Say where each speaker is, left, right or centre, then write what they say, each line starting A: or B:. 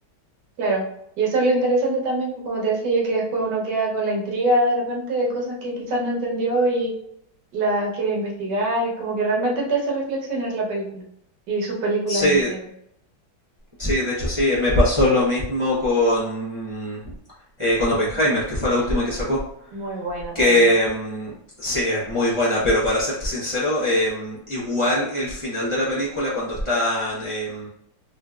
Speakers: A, on the right (about 70°); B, on the right (about 30°).
A: claro. Y eso es lo interesante también, pues, como te decía yo, que después uno queda con la intriga de repente de cosas que quizás no entendió y las quiere investigar. Es como que realmente te hace reflexionar la película y sus películas
B: Sí,
A: en general.
B: Sí, de hecho sí, me pasó lo mismo con, eh, con Oppenheimer, que fue la última que sacó.
A: Muy buena
B: Que
A: también.
B: mm, sí, es muy buena, pero para serte sincero, eh, igual el final de la película, cuando están, eh,